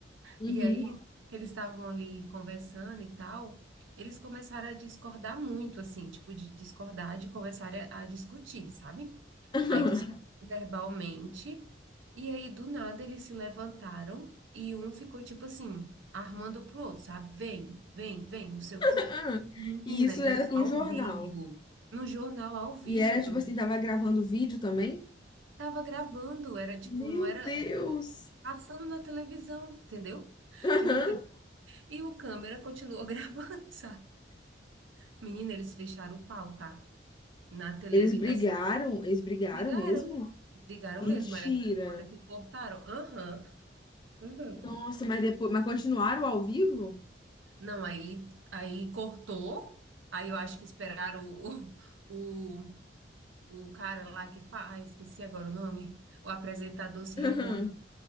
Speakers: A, on the left; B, on the right.
A: uhum.
B: E aí que eles estavam ali conversando e tal, eles começaram a discordar muito, assim, tipo de discordar, de começar a, a discutir, sabe?
A: <laughs>
B: Aí discutiram verbalmente e aí do nada eles se levantaram e um ficou tipo assim armando pro outro, sabe? Vem, vem, vem, não sei o seu
A: aham.
B: menina,
A: E isso era
B: isso
A: com
B: ao
A: um jornal.
B: vivo. No jornal ao vivo,
A: E era
B: tu
A: tipo assim, tava gravando vídeo também.
B: Tava gravando, era tipo,
A: Meu
B: não era,
A: Deus!
B: era passando na televisão, entendeu?
A: <laughs> Aham.
B: No entanto, e o câmera continuou <laughs> gravando, sabe? Menina, eles fecharam o pau, tá? Na televisão,
A: Eles brigaram,
B: assim,
A: eles brigaram
B: brigaram,
A: mesmo?
B: brigaram
A: Mentira.
B: mesmo, aí na hora que cortaram, aham, uhum.
A: Nossa, mas depois, mas continuaram ao vivo?
B: Não, aí, aí cortou, aí eu acho que esperaram o, o, o cara lá que faz, ah, esqueci agora o nome, o apresentador se
A: <laughs>
B: recompor,
A: Aham.